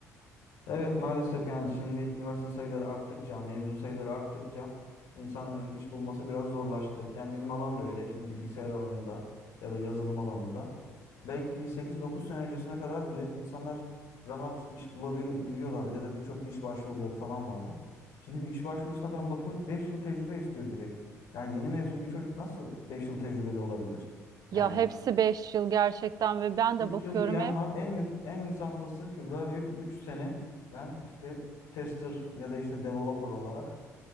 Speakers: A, on the left; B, on the right.
A: Evet maalesef yani şimdi üniversite sayıları arttıkça, mezun sayıları arttıkça insanların iş bulması biraz zorlaştı. Yani bizim alan da öyle. Şimdi bilgisayar alanında ya da yazılım alanında belki bir sekiz dokuz sene öncesine kadar bile insanlar rahat iş bulabiliyorlardı ya da birçok iş başvuruları falan vardı. Şimdi bir iş başvurusuna ben bakıyorum 5 yıl tecrübe istiyor direkt. Yani yeni mezun bir çocuk nasıl 5 yıl tecrübeli olabilir?
B: Ya
A: Yani
B: hepsi 5 yıl gerçekten ve ben
A: Üç
B: de bakıyorum
A: yıl diyen var. En in- en insaflısı Kübra diyor ki 3 sene ben işte tester ya da işte developer olarak